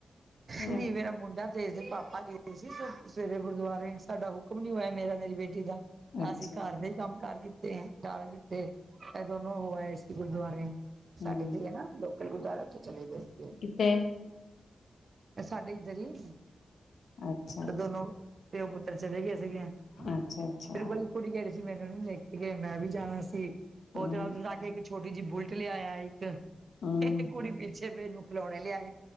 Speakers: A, on the right; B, on the left.
A: ਕੁਛ
B: ਹਮ
A: ਨਹੀਂ ਮੇਰਾ ਮੁੰਡਾ ਤੇ ਇਸ ਦੇ ਪਾਪਾ ਗਏ ਸੀ ਸ ਸਵੇਰੇ ਗੁਰਦੁਆਰੇ ਸਾਡਾ ਹੁਕਮ ਨੀ ਹੋਇਆ ਮੇਰਾ ਮੇਰੀ ਬੇਟੀ ਦਾ
B: ਅੱਛਾ
A: ਅਸੀਂ ਘਰ ਦੇ ਹੀ ਕੰਮ ਕਾਰ ਕੀਤੇ ਏ ਜਾਣਾ ਕਿਥੇ ਇਹ ਦੋਨੋ ਹੋ ਆਏ ਸੀ ਗੁਰਦੁਆਰੇ। ਸਾਡੇ
B: ਹਮ
A: ਤੇ ਹੈ ਨਾ ਲੋਕਲ ਗੁਰਦੁਆਰਾ ਉੱਥੇ ਚਲੇ ਗਏ ਸੀਗੇ।
B: ਕਿੱਥੇ
A: ਤੇ ਸਾਡੇ ਇੱਧਰ ਹੀ
B: ਅੱਛਾ
A: ਤੇ ਦੋਨੋ ਪਿਓ ਪੁੱਤਰ ਚਲੇ ਗਏ ਸੀਗੇ
B: ਅੱਛਾ-ਅੱਛਾ
A: ਫਿਰ ਵਾਲੀ ਕੁੜੀ ਕਹਿ ਰਹੀ ਸੀ ਮੈਨੂੰ ਨੀ ਲੈਕੇ ਗੇ ਮੈਂ ਵੀ ਜਾਣਾ ਸੀ ਉਹਦੇ
B: ਹਮ
A: ਨਾਲ ਇੱਕ ਛੋਟੀ ਜਿ ਬੁਲਟ ਲਿਆਇਆ ਇੱਕ
B: ਹਮ
A: ਤੇ ਕੁੜੀ ਪਿੱਛੇ। ਤੇ ਫੇਰ ਏਨੂ ਖਿਲੌਣੇ ਲਿਆਏ